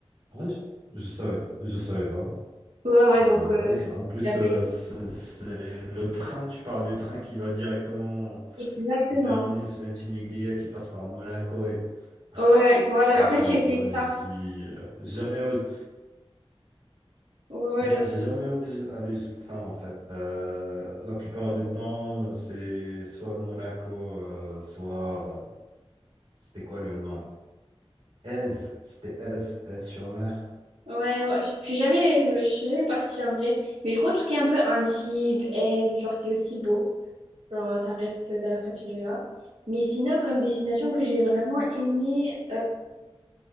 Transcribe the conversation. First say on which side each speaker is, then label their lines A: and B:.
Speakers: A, on the right; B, on the right.
A: ah, je- je savais pas. Je savais pas.
B: Ouais, ouais,
A: Je
B: donc,
A: savais
B: euh,
A: pas.
B: <laughs>
A: ça. En plus,
B: j'avais-
A: euh, c'est c'est le train, tu parles du train qui va directement
B: Exactement.
A: au terminus Ventimiglia, qui passe par Monaco. Et... <laughs>
B: Ouais, voilà,
A: Je
B: en
A: savais
B: fait, j'ai
A: pas.
B: fait
A: Je
B: ça.
A: suis euh, jamais osé.
B: Ouais, ouais,
A: Ah non,
B: genre,
A: j'ai jamais osé aller jusqu'à la fin en fait. Euh, la plupart du temps, c'est soit Monaco, euh, soit c'était quoi le nom? Aise, c'était Aise, Aise-sur-Mer.
B: ouais, ouais, je je suis jamais, je, je suis jamais partie en vrai. Mais je crois tout ce qui est un peu Antibes, Aise, genre, c'est aussi beau. Genre, ça reste dans la French Riviera. Mais sinon, comme destination que j'ai vraiment aimé,